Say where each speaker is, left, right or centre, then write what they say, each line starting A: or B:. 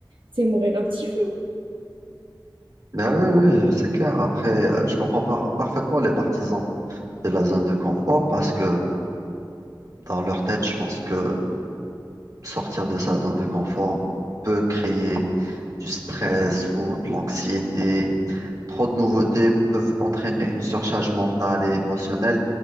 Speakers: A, on the right; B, on the right.
A: c'est mourir à petit feu.
B: Ben oui, oui, c'est clair. Après, euh, je comprends par- parfaitement les partisans de la zone de confort parce que dans leur tête, je pense que sortir de sa zone de confort peut créer du stress ou de l'anxiété. trop de nouveautés peuvent entraîner une surcharge mentale et émotionnelle.